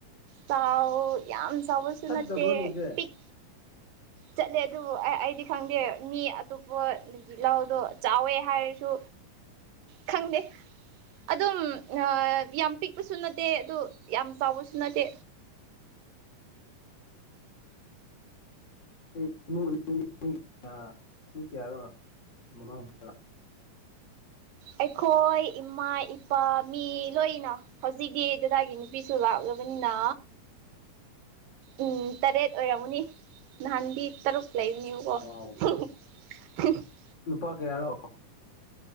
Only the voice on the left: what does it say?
ꯆꯠꯇꯕ꯭ꯔꯣ
ꯅꯪꯁꯦ
ꯑꯩ ꯏꯃꯨꯡ ꯃꯅꯨꯡꯗꯤ ꯀꯌꯥꯅꯣ ꯃꯃꯥ ꯕꯕꯥ
ꯋꯥꯎ ꯅꯨꯄꯥ ꯀꯌꯥꯔꯣ